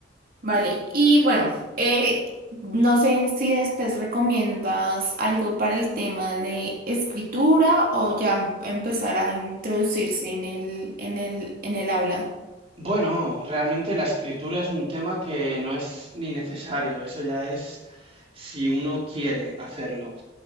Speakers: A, on the right; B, on the right.
A: Vale, y bueno, eh, no sé si después recomiendas algo para el tema de escritura o ya empezar a introducirse en el, en el, en el habla.
B: Bueno, realmente la escritura es un tema que no es ni necesario, eso ya es si uno quiere hacerlo.